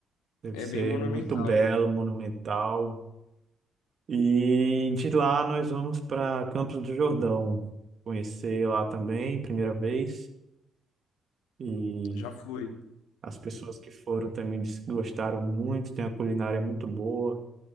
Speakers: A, on the right; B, on the left.
A: deve
B: é
A: ser
B: bem monumental.
A: muito belo, monumental. E de lá nós vamos para Campos do Jordão, conhecer lá também, primeira vez. E
B: Já fui.
A: as pessoas que foram também disse que gostaram muito, tem a culinária muito boa.